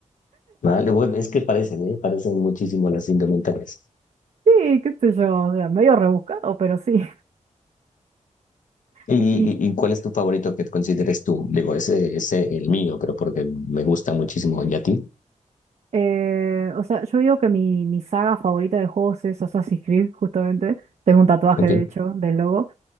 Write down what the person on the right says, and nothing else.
Sí, qué sé yo, o sea, medio rebuscado, pero sí. <laughs>
Y,
eh, o sea, yo digo que mi, mi saga favorita de juegos es Assassin's Creed, justamente. Tengo un tatuaje,
de hecho, del logo.